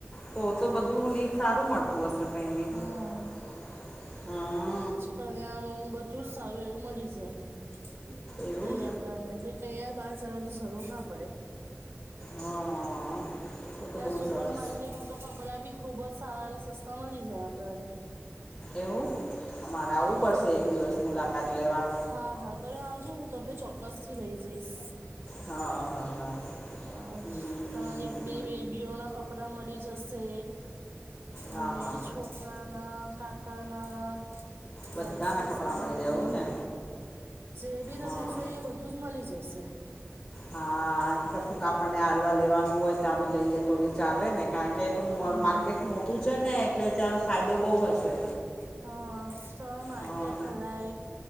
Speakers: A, on the left; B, on the right.
A: તો
B: હા
A: તો બધું ની સારું મલતું હશે તઇબી
B: હા
A: <unintelligible> હં
B: કર્યા હું બધું જ સારું એવું મલી જાય.
A: એવું
B: <unintelligible> બહાર જવાની જરૂર ના પડે.
A: હા, તો તો
B: ત્યાં
A: બહુ
B: સુપર
A: સરસ
B: માર્કેટમાં તો કપડાં બી ખૂબ જ સારા અને સસ્તા મળી જાય આપણને.
A: એવું? અમારે આવું
B: હા
A: પડશે એક દિવસ મુલાકાત લેવા.
B: હા હા તમે આવજો હું તમને ચોક્કસ થી લઈ જઈશ.
A: હા હા હા.
B: અ
A: હમ
B: તમારી બે બેબીઓના કપડા મળી જશે.
A: હા
B: અને
A: હા
B: છોકરાના કાકાના
A: બધાના
B: દાદીની
A: કપડાં
B: સાડીઓ
A: મળી જાય એવું ને
B: જે બી તમને
A: હા
B: જોઈએ બધું જ મળી જશે.
A: હા કશું કે આપણને આડવા લેવાનું હોય ત્યાં બી લઈએ તો બી ચાલે ને કા કે તો
B: હા
A: માર્કેટ મોટું છે ને એટલે ત્યાં ફાયદો બહુ હશે.?
B: હ તો માર્કેટ
A: હા
B: ભરાય.